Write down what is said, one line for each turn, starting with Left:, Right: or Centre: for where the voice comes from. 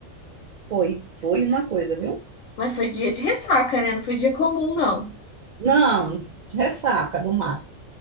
Right: Foi, foi uma coisa, viu?
Left: Mas foi dia de ressaca, né? Não foi dia comum, não.
Right: Não, ressaca do mar.